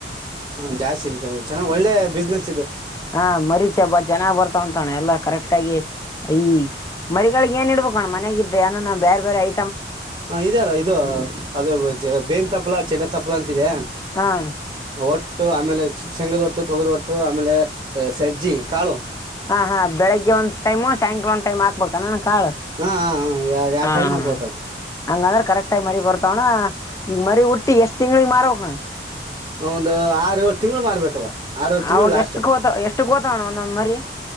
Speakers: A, on the right; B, on the left.
A: ಹ್ಮ ಜಾಸ್ತಿ ಇನ್ಕಂ ಚೆನ್ನಾಗ್ ಒಳ್ಳೆ ಬಿಸ್ನೆಸ್ ಇದು.
B: ಹಾ ಮರೀ ಚ ಬ ಚನಾಗ್ ಬರ್ತಾವಂತಣ ಎಲ್ಲಾ ಕರೆಕ್ಟ್ ಆಗಿ ಈ ಮರಿಗಳಿಗೆ ಏನ್ ಇಡ್ಬೇಕು ಅಣ್ಣ ಮನ್ಯಾಗಿದ್ದಾಗ ಏನನ ಬ್ಯಾರ್ ಬ್ಯಾರೆ ಐ
A: ಹ ಇದೆ ಅಲ್ಲ ಇದು ಅದು ಬೇವಿನ್ ತಪ್ಪಲ ಚಟ್ಟೆ ತಪ್ಪಲ ಅಂ ತಿದೆ
B: ಹಾ ಅಣ್ಣ
A: ಒಟ್ ಒಟ್ಟು ಆಮೇಲೆ ಶೆಂಗದ ಒಟ್ಟು ತೊಗರಿ ಒಟ್ಟು ಆಮೇಲೆ ಸಜ್ಜಿ ಕಾಳು
B: ಹಾ ಹಾ ಬೆಳಗ್ಗೆ ಒಂದು ಟೈಮು ಸಾಯಂಕಾಲ ಟೈಮ್ ಆಗ್ ಕನಣಾ ಕಾಳ
A: ಹಾ ಯಾವ
B: ಹಾ
A: ಟೈಮ್
B: ಹಾ
A: ಹಾಕ್ಬೇಕದು
B: ಹಂಗಾದ್ರ ಕರೆಕ್ಟ್ ಟೈಮ್ ಮರಿ ಬರ್ ತಣ ಈಗ ಮರಿ ಹುಟ್ಟಿ ಎಷ್ಟ್ ತಿಂಗಳಿಗೆ ಮಾರ್ಬಕಣಾ
A: ಒಂದು ಆರು ಏಳ್ ತಿಂಗಳು ಮಾರ್ಬೇಕವ. ಆರ ಏಳ್ ತಿಂಗಳಿಗ
B: ಅವಾಗ
A: ಲಾಸ್ಟ್
B: ಎಷ್ಟಕ್ ಹೋತ ಎಷ್ಟಕ್ ಹೋತವಣ ಒಂದೊಂದ್ ಮರಿ